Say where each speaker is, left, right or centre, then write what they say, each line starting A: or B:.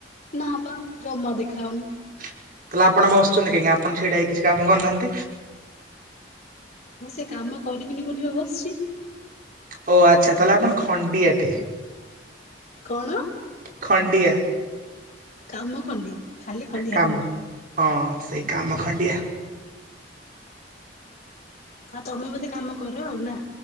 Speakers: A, on the left; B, on the right.
A: ନା ପା ଯମା ଦେଖାଯାଉନି।
B: ତାହେଲେ ଆପଣ ବସୁଚନ୍ତି କାହିଁକି ଆପଣ ଛିଡ଼ା ହେଇ କିଛି କାମ କରୁନାହାନ୍ତି।
A: ମୁଁ ସେ କାମ କରିବିନି ବୋଲିି ପା ବସିଛି।
B: ଓ ଆଚ୍ଛା ତାହେଲେ ଆପଣ ଖଣ୍ଡିଆଟେ।
A: କଣ?
B: ଖଣ୍ଡିଆ
A: କାମ ଖଣ୍ଡିଆ ଖାଲି ଖଣ୍ଡିଆ
B: କାମ
A: ନୁହଁ।
B: ହଁ ସେଇ କାମ ଖଣ୍ଡିଆ।
A: ଆଉ ତମେ ବଧେ କାମ କର ଆଉ ନା